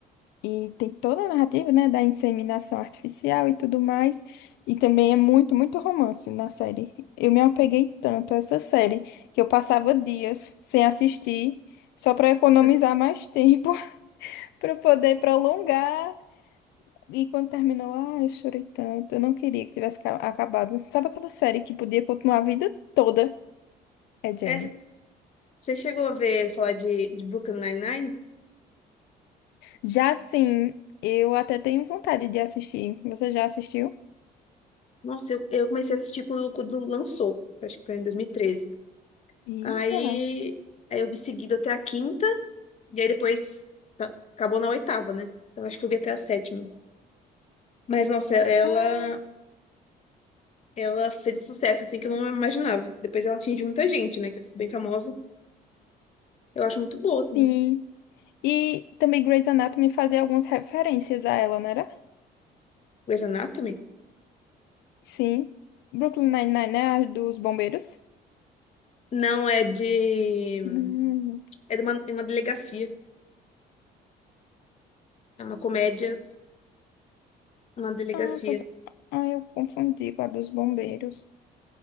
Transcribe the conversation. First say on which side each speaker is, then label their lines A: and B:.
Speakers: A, on the left; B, on the left.
A: E tem toda a narrativa, né, da inseminação artificial e tudo mais. E também é muito, muito romance na série. Eu me apeguei tanto a essa série que eu passava dias sem assistir, só para economizar
B: <laughs>
A: mais tempo, <laughs> para poder prolongar. E quando terminou, ah, eu chorei tanto. Eu não queria que tivesse ca- acabado. Sabe aquela série que podia continuar a vida toda? É Jane.
B: É, você chegou a ver falar de, de Brooklyn Nine-Nine?
A: Já sim, eu até tenho vontade de assistir. Você já assistiu?
B: Nossa, eu, eu comecei a assistir quando, quando lançou. Acho que foi em 2013.
A: Eita.
B: Aí, aí eu vi seguido até a quinta, e aí depois tá- acabou na oitava, né? Então acho que eu vi até a sétima. Mas, nossa, ela,
A: Ah,
B: ela fez um sucesso assim que eu não imaginava. Depois ela atingiu muita gente, né? Que ficou bem famosa. Eu acho muito boa também.
A: sim. E também Grey's Anatomy fazia algumas referências a ela, não era?
B: Grey's Anatomy?
A: Sim. Brooklyn Nine-Nine, né? A dos bombeiros.
B: Não, é de.
A: Hum.
B: É de uma, de uma delegacia. É uma comédia, uma delegacia.
A: Ah, pois... ah, eu confundi com a dos bombeiros.